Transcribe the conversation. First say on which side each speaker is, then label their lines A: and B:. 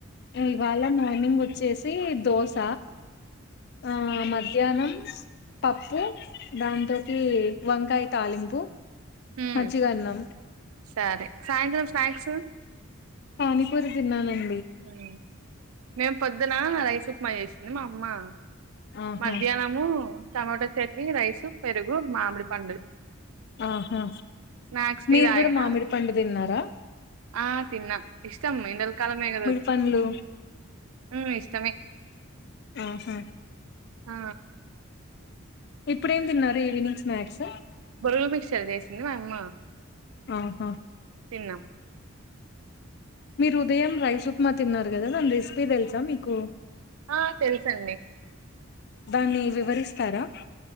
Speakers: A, on the left; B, on the right.
A: ఇవాళ మార్నింగ్ వచ్చేసి దోశ ఆ మధ్యాహ్నం పప్పు దాంతోకి వంకాయ తాలింపు
B: ఉమ్
A: మజ్జిగన్నం
B: సరే సాయంత్రం స్నాక్స్
A: పానీపూర్ తిన్నాలం
B: మ్ మేము పొద్దున రైస్ ఉప్మా చేసి మా అమ్మ
A: ఆహా
B: మధ్యాహ్నము టమాటా చట్నీ, రైస్, పెరుగు, మామిడి పండు
A: ఆహా
B: స్నాక్స్ టీ
A: మీరు
B: తాగిన
A: కూడా మామిడి పండు తిన్నారా?
B: ఆ తిన్నా ఇష్టమ్ యండల్ కాలమే కదా
A: పళ్లు
B: ఉ ఇష్టమే
A: ఆహా
B: ఆ
A: ఇప్పుడేం తిన్నారు ఈవినింగ్ స్నాక్స్?
B: బొరుగుల్ మిక్సర్ చేసింది మా యమ్మ
A: ఆహా
B: తిన్నాం
A: మీరు ఉదయం రైస్ ఉప్మా తిన్నారు కదా దాని రెసిపీ తెలుసా మీకు?
B: ఆ తెలుసండి
A: దాన్ని వివరిస్తారా?